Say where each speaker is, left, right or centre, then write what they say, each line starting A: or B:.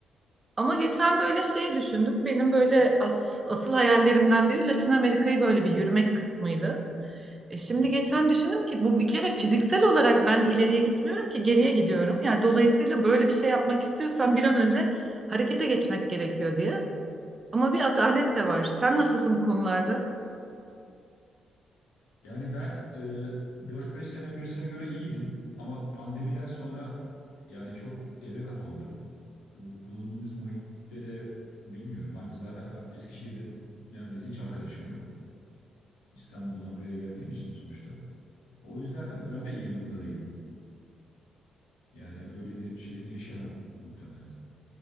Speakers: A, on the right; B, on the left.
A: Ama geçen böyle şey düşündüm. Benim böyle as- asıl hayallerimden biri Latin Amerika'yı böyle bir yürümek kısmıydı. E şimdi
B: Hmm.
A: geçen düşündüm ki bu bir kere fiziksel olarak ben ileriye gitmiyorum ki geriye gidiyorum. Yani dolayısıyla böyle bir şey yapmak istiyorsan bir an önce harekete geçmek gerekiyor diye. Ama bir atalet de var. Sen nasılsın bu konularda?
B: Yani ben e, 4-5 sene öncesine göre iyiydim ama pandemiden sonra yani çok eve kapandım. Bu bulunduğumuz muhitte de bilmiyorum. Hani biz zaten Eskişehir'de neredeyse hiç arkadaşım yok. İstanbul'dan buraya geldiğim için sonuçta. O yüzden ben de iyi durumda değilim. Yani öyle bir şeye girişemem muhtemelen.